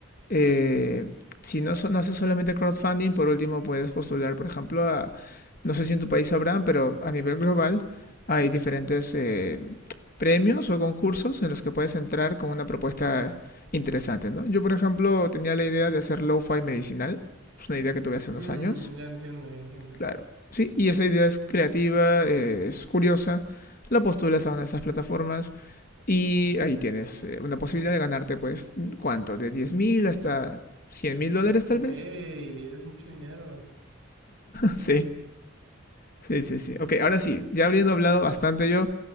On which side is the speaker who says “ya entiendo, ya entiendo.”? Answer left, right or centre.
Right